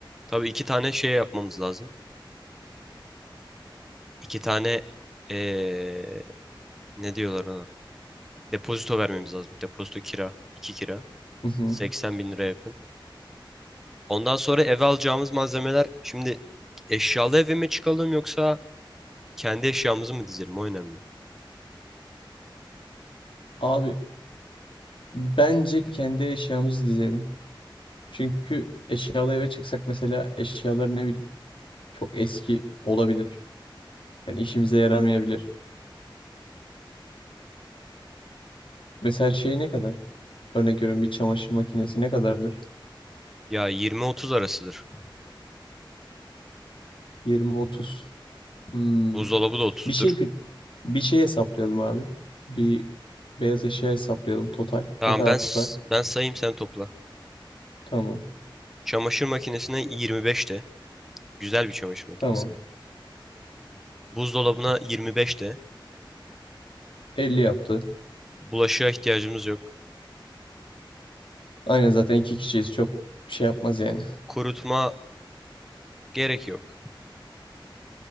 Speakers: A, in the centre; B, on the left (about 75°).
A: Tabii iki tane şey yapmamız lazım. İki tane eee, ne diyorlar ona? Depozito vermemiz lazım. Depozito kira. iki kira.
B: Hı hı.
A: 80 bin lira yakın. Ondan sonra eve alacağımız malzemeler şimdi eşyalı eve mi çıkalım yoksa Kendi eşyamızı mı dizelim o önemli.
B: Abi bence kendi eşyamızı dizelim. Çünkü eşyalı eve çıksak mesela eşyalar ne bileyim çok eski olabilir. Yani işimize yaramayabilir. Mesela şey ne kadar? Örnek veriyorum bir çamaşır makinesi ne kadardır?
A: Ya 20-30 arasıdır.
B: 20-30. Hmm.
A: Buzdolabı da 30'dur.
B: Bir şey pi- bir şey hesaplayalım abi. Bir beyaz eşya hesaplayalım total.
A: Tamam
B: Ne kadar
A: ben s-
B: tutar?
A: ben sayayım sen topla.
B: Tamam.
A: Çamaşır makinesine 25 de. Güzel bir çamaşır makinesi
B: Tamam.
A: yani. Buzdolabına 25 de.
B: 50 yaptı.
A: Bulaşığa ihtiyacımız yok.
B: Aynen zaten iki kişiyiz. Çok bir şey yapmaz yani.
A: Kurutma gerek yok.